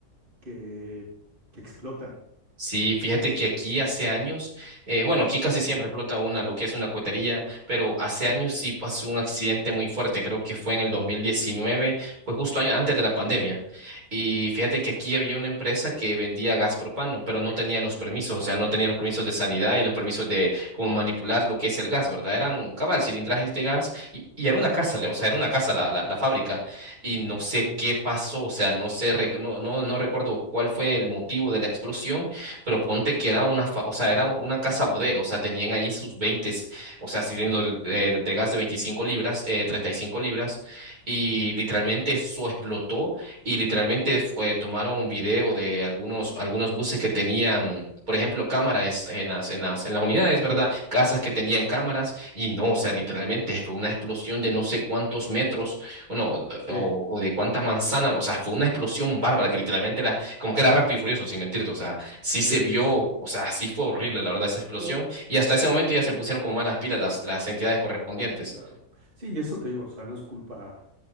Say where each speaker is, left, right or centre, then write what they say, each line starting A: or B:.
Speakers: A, on the right (about 35°); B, on the right (about 75°).
A: que, que explotan.
B: Sí, fíjate que aquí hace años, eh, bueno, aquí casi siempre explota una, lo que es una cuetería, pero hace años sí pasó un accidente muy fuerte, creo que fue en el 2019, pues justo año- antes de la pandemia. Y fíjate que aquí había una empresa que vendía gas propano, pero no tenía los permisos, o sea, no tenía los permisos de sanidad
A: Ok.
B: y los permisos de cómo manipular lo que es el gas, ¿verdad? Eran cabal, cilindrajes de gas y, y era una casa, o sea, era una casa la, la, la fábrica y
A: Mm,
B: no sé
A: Sí,
B: qué pasó, o sea, no sé, rec- no, no, no recuerdo cuál fue el motivo de la explosión pero ponte que era una, fa- o sea, era una casa bodega, o sea, tenían allí sus 20, o sea, cilindros de, de gas de 25 libras, eh, 35 libras, y literalmente eso explotó y literalmente fue- tomaron un video de algunos, algunos buses que tenían... Por ejemplo, cámaras en las, en las, en las unidades, ¿verdad? Casas que tenían cámaras y no, o sea, literalmente fue una explosión de no sé cuántos metros, o no,
A: sí,
B: o, o de cuántas manzanas, o sea, fue una explosión bárbara que literalmente la, como que era rápido y furioso, sin mentirte, o sea sí se
A: sí,
B: vio,
A: sí, sí.
B: o sea, sí fue horrible, la verdad, esa explosión.
A: O,
B: Y hasta ese momento ya se pusieron como más las pilas las, las entidades correspondientes
A: Claro. Sí, y eso te digo, o sea, no es culpa